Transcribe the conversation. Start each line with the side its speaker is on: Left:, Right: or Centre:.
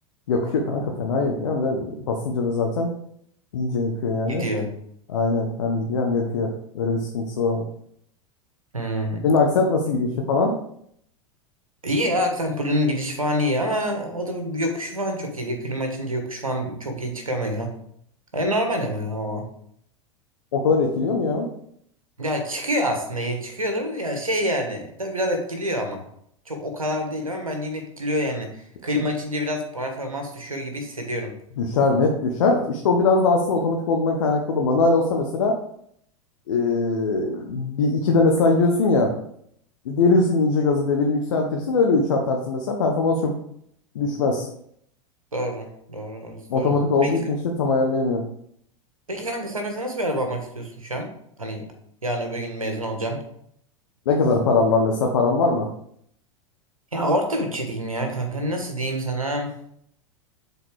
Left: Yakıyor kanka. Fena yakıyor. Hem de basınca da zaten iyice yakıyor yani.
Right: Gidiyor.
Left: Aynen. Hem gidiyor hem yakıyor. Öyle bir sıkıntısı var onun.
Right: Hmm.
Left: Senin aksent nasıl gidiyor işe falan?
Right: İyi ya Aksenpol'ün girişi falan iyi ama o da yokuşu falan çok iyi. Klima açınca yokuş falan çok iyi çıkamıyor. E, normal ama ya o.
Left: O kadar etkiliyor mu ya?
Right: Ya çıkıyor aslında ya çıkıyordur ya şey yani tabii biraz etkiliyor ama. Çok o kadar değil ama bence yine etkiliyor yani.
Left: İşte
Right: Klima açınca biraz performans düşüyor gibi hissediyorum.
Left: düşer, net düşer. İşte o biraz da aslında otomatik olduğundan kaynaklı olur. Manuel olsa mesela eee bir iki de mesela gidiyorsun ya derirsin iyice gazı deviri yükseltirsin öyle üçe atarsın mesela performans çok düşmez.
Right: Doğru. Doğru orası
Left: Otomatik
Right: doğru.
Left: olduğu
Right: Peki,
Left: için işte tam ayarlayamıyorum.
Right: peki kanka sen mesela nasıl bir araba almak istiyorsun şu an? Hani yarın öbür gün mezun olacaksın.
Left: Ne kadar param var mesela param var mı?
Right: Ya orta bütçe diyeyim ya kanka nasıl diyeyim sana?